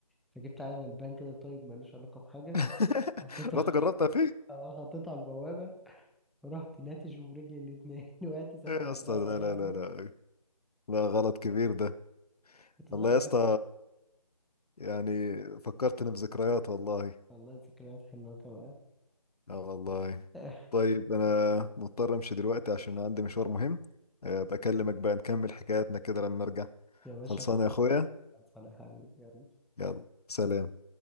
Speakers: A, in the centre; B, on the left.
A: فجبت عيل غلبان كده طيب ملوش علاقه بحاجه
B: <laughs>
A: حطيته
B: رحت جربتها
A: <laughs>
B: فيه
A: اه حطيته على البوابه ورحت ناتج برجلي الاتنين <laughs> وقعت ساعتها
B: ايه
A: على
B: يا اسطى
A: دراعي
B: لا
A: وجعني
B: لا لا لا لا غلط كبير ده
A: كنت
B: والله
A: صغير
B: يا
A: يعني
B: اسطى يعني فكرتني بذكريات والله
A: والله ذكريات حلوه كمان
B: اه والله
A: <laughs>
B: طيب انا مضطر امشي دلوقتي عشان عندي مشوار مهم آه، بكلمك بقى نكمل حكاياتنا كده لما ارجع
A: يا باشا
B: خلصانه
A: خلصان
B: يا اخويا
A: خلصان يا حبيبي يلا
B: يلا سلام
A: سلام